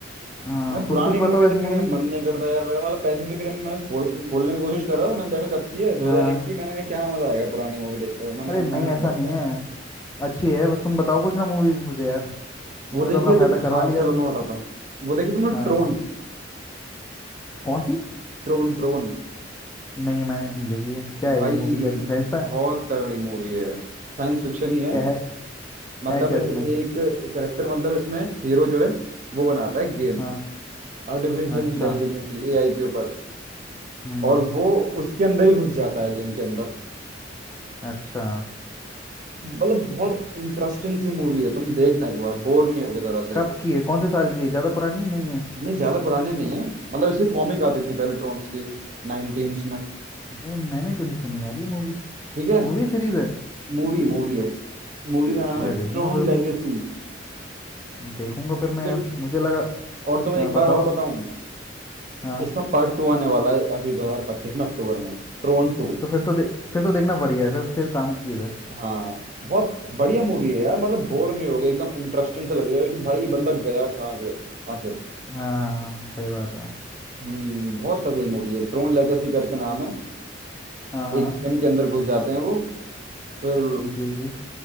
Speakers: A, on the left; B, on the right.
A: हाँ
B: मैं पुरानी
A: तुम कुछ बताओ
B: मूवी देखने
A: ऐसी मूवी
B: का मन नहीं करता यार मेरा मतलब पैसिफिक रिम मैं खोल खोलने की कोशिश कर रहा था मैंने देखा कब की है 2001
A: हाँ
B: की मैंने कहा क्या मजा आएगा पुरानी मूवी देखते हुए मैंने
A: अरे नहीं
B: मैंने
A: ऐसा
B: हटा
A: नहीं है अच्छी है बस तुम बताओ कुछ ना मूवी मुझे यार तुमने
B: वो देखिए
A: तो अपना फायदा
B: तो
A: करवा
B: हाँ
A: लिया
B: चलो मैं बताता हूँ वो देखिए तुमने
A: हाँ
B: ट्रोन
A: कौन सी
B: ट्रोन ट्रोन
A: नहीं मैंने नहीं देखी है क्या है
B: भाई
A: ये मूवी कैसी साइंस फाई
B: बहुत तगड़ी
A: क्या
B: मूवी है साइंस फिक्शन ही है
A: क्या है
B: मतलब
A: है क्या
B: एक
A: इसमें
B: करेक्टर मतलब इसमें हीरो जो है वो बनाता है गेम
A: हाँ
B: आर्टिफिशियल
A: अच्छा
B: इंटेलिजेंस एआई के ऊपर
A: हम्म
B: और वो उसके अंदर ही घुस जाता है गेम के अंदर
A: अच्छा
B: मतलब बहुत इंटरेस्टिंग सी मूवी है तुम देखना एक बार बोर नहीं होगे जरा से
A: कब
B: भी
A: की है कौन से साल की है ज़्यादा पुरानी नहीं है
B: नहीं ज्यादा पुराने नहीं है मतलब इसकी कॉमिक आती थी पहले ट्रोन्स की नाइनटीन्स में
A: यार मैंने क्यों नहीं सुनी यार ये मूवी
B: ठीक है
A: मूवी सीरीज है
B: मूवी मूवी है मूवी का नाम
A: यार
B: है ट्रोन
A: देखूंगा फिर
B: लेगेसी
A: तो देखूंगा फिर मैं
B: ठीक है
A: यार मुझे लगा
B: और तुम्हें
A: हाँ
B: एक
A: बताओ
B: बार और बताऊं
A: हाँ
B: इसका पार्ट टू आने वाला है अभी 2025 में अक्टूबर में ट्रोन टू
A: तो फिर तो दे, फिर तो देखना बढ़िया है फिर फिर काम की चीज़ है
B: हाँ बहुत बढ़िया मूवी है यार मतलब बोर नहीं होगे एकदम इंटरेस्टिंग से लगेगा कि भाई ये बंदा गया कहाँ गया आखिर
A: हाँ हाँ, सही बात है
B: हम्म बहुत तगड़ी मूवी है ट्रोन लेगेसी करके नाम है
A: हाँ हाँ
B: एक गेम के अंदर घुस जाते हैं वो फिर
A: जी जी